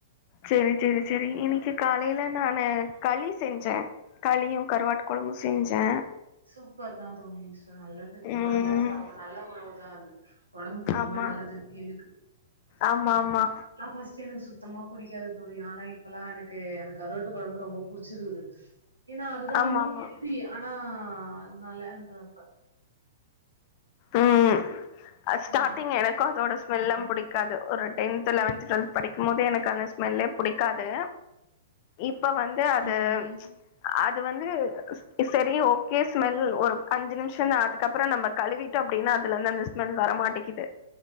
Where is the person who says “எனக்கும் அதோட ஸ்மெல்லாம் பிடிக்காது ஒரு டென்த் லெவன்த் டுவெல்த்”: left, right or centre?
Left